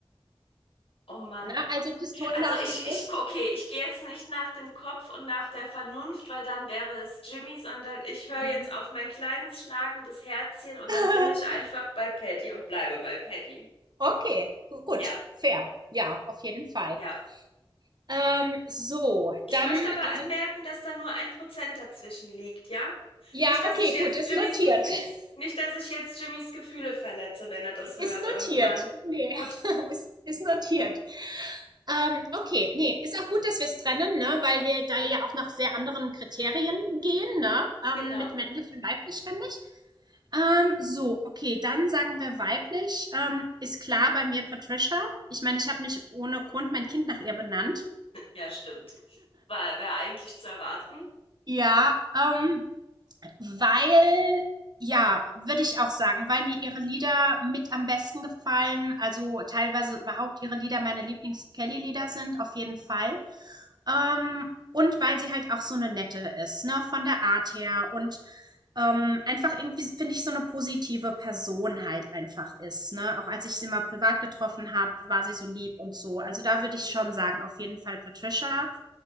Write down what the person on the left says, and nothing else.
Oh Mann.
Also
ich,
ich, okay, ich gehe jetzt nicht nach dem Kopf und nach der Vernunft, weil dann wäre es Jimmy, sondern ich höre
jetzt auf mein kleines schlagendes Herzchen und
dann bin ich einfach bei Paddy und bleibe bei Paddy.
Ja,
ja.
Ich
möchte aber anmerken,
dass da nur ein Prozent dazwischen liegt, ja?
Nicht, dass
ich jetzt
Jimmys
Gefühl,
nicht, dass ich jetzt Jimmys Gefühle verletze, wenn er das hört
irgendwann.
Gut,
genau.
Ja, stimmt. War, wäre eigentlich zu erwarten.
Mhm.